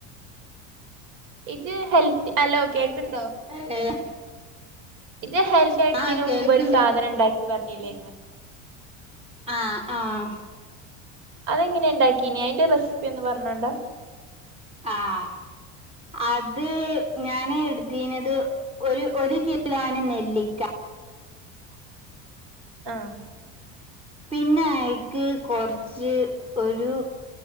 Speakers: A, on the right (about 60°); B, on the right (about 15°).
A: ഇജ് ഹെൽത്തി അലോ കേക്കിണ്ടോ?
B: ഏ
A: ഇജ്ജ്‌ ഹെൽത്തി ആയിട്ട്
B: ആ
A: ഇതിന്
B: കേൾക്ക്ണ്ട്
A: മുമ്പ് ഒരു സാധനം ഇണ്ടാക്കി പറഞ്ഞില്ലേന്നെ
B: ആഹ് ആഹ്
A: അതെങ്ങനെയാ ഉണ്ടാക്കീന് അതിന്റെ റെസിപ്പി ഒന്ന് പറഞ്ഞോണ്ടാ
B: ആഹ് അത് ഞാന് എടുത്തീനത് ഒരു ഒരു കിലോണ് നെല്ലിക്ക
A: ആഹ്
B: പിന്നെ ആയിക്ക് കൊറച്ച് ഒരു